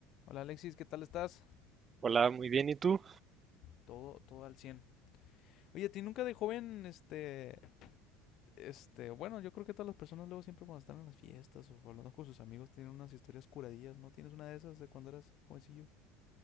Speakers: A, on the left; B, on the right.
A: Hola Alexis, ¿qué tal estás?
B: Hola, muy bien, ¿y tú?
A: Todo, todo al 100. Oye, ¿a ti nunca de joven, este, este, bueno, yo creo que todas las personas luego siempre cuando están en las fiestas o hablando con sus amigos tienen unas historias curadillas, ¿no? ¿Tienes una de esas de cuando eras jovencillo?